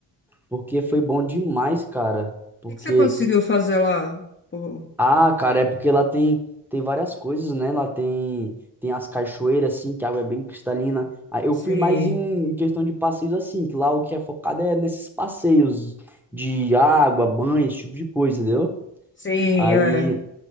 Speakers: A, in the centre; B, on the left (about 25°).
A: porque foi bom demais, cara. Porque
B: que que você conseguiu fazer lá? Pô,
A: Ah, cara, é porque lá tem tem várias coisas, né? Lá tem tem as cachoeiras assim, que a água é bem cristalina. Ah, eu
B: sim.
A: fui mais em questão de passeios assim, que lá o que é focado é nesses passeios de água, banho, esse tipo de coisa, entendeu?
B: Sim,
A: Aí
B: é.